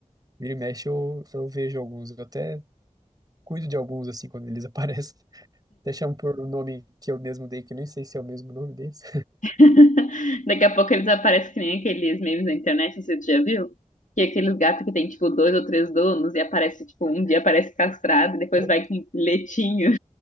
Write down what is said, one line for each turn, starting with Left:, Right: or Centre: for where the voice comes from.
Right: Vira e mexe, eu, eu vejo alguns, eu até cuido de alguns, assim, quando eles <laughs> aparecem. Até chamo por um nome que eu mesmo dei, que eu nem sei se é o mesmo nome deles.
Left: <laughs> Daqui a pouco eles aparecem que nem aqueles memes na internet, não sei se tu já viu. Que é aqueles gatos que tem, tipo, dois ou três donos e aparece, tipo, um dia aparece castrado e depois
Right: <laughs>
Left: vai com um letinho.